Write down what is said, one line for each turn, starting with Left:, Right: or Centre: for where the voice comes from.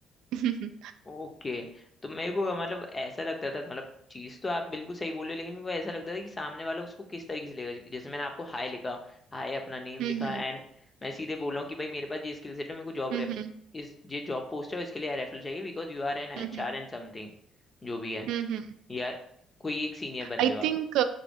Right: <laughs> हम्म
Left: ओके तो मेरे को मतलब ऐसा लगता था मतलब चीज तो आप बिल्कुल सही बोल रहे हो लेकिन मेरे को ऐसा लगता था कि सामने वाला उसको किस तरीके से लेगा जैसे मैंने आपको हाय लिखा हाय अपना नेम
Right: हम्म
Left: लिखा एंड मैं सीधे बोल रहा हूँ कि भाई मेरे पास ये स्किल सेट है मेरे को जॉब
Right: हम्म
Left: रेफ
Right: हम्म
Left: इस ये जॉब पोस्ट है और इसके लिए रेफरल चाहिए because you are an H
Right: हम्म
Left: R and something जो भी है
Right: हम्म हम्म
Left: या कोई एक सीनियर बंदे
Right: आई
Left: हो आप
Right: थिंक